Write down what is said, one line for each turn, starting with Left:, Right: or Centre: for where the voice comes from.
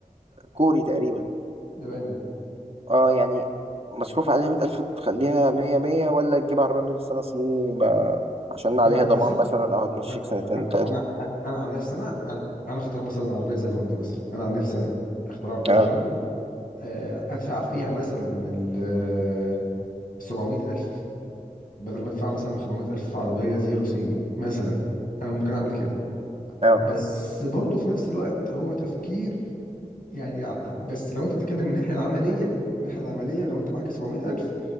Right: كوري تقريبا
Left: ياباني
Right: اه يعني مصروف عليها مية ألف تخليها مية مية ولا تجيب عربية موديل السنة صيني ما... عشان عليها
Left: انا عن
Right: ضمان
Left: نفسي
Right: مثلا أو هتمشيك
Left: انا
Right: سنتين تلاتة
Left: انا انا عن نفسي انا انا انا اختار مثلا عربيه زي الهوندا مثلا انا عن نفسي انا اختار عربيه
Right: اه
Left: زي الهوندا آه، ادفع فيها مثلا ال 700000 بدل ما ادفع مثلا 700000 في عربيه زيرو صيني مثلا انا ممكن اعمل كده
Right: اه
Left: بس برضه في نفس الوقت هو تفكير يعني ع- بس لو انت بتتكلم من الناحيه العمليه من الناحيه العمليه لو انت معاك 700000